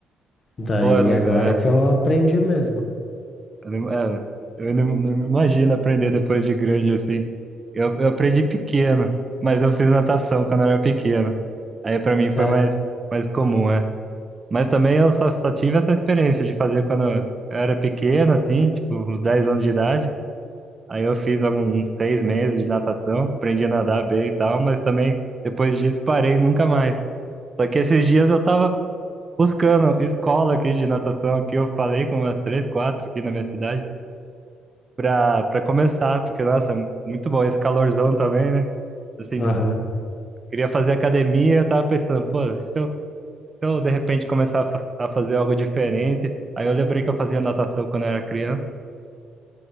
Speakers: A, on the left (about 40°); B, on the right (about 30°).
A: Daí
B: Pô, eu não,
A: agora
B: é,
A: que eu aprendi mesmo,
B: eu não, é, eu não, não me imagino aprender depois de grande assim. Eu, eu aprendi pequeno, mas eu fiz natação quando eu era pequeno. Aí pra mim
A: sério.
B: foi mais, mais comum, é. Mas também eu só, só tive essa experiência de fazer quando eu era pequeno, assim, tipo, uns 10 anos de idade. Aí eu fiz algum- uns seis meses de natação, aprendi a nadar bem e tal, mas também depois disso parei nunca mais. Só que esses dias eu tava buscando escola aqui de natação, aqui eu falei com umas três, quatro aqui na minha cidade, pra, pra começar, porque, nossa, muito bom esse calorzão também, né? Assim,
A: Aham.
B: queria fazer academia, eu tava pensando, pô, se eu eu de repente começar a fa- a fazer algo diferente. Aí eu lembrei que eu fazia natação quando eu era criança.